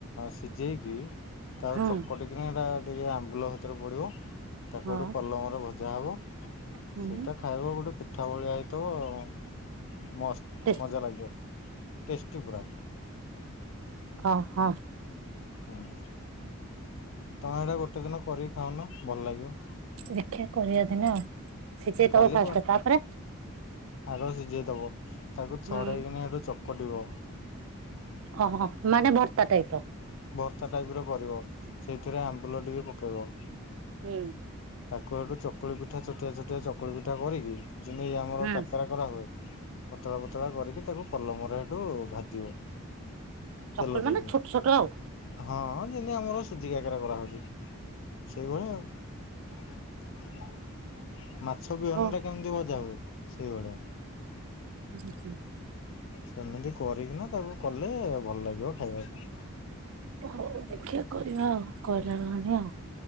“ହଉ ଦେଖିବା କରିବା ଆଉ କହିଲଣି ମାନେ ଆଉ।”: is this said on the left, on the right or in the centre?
Right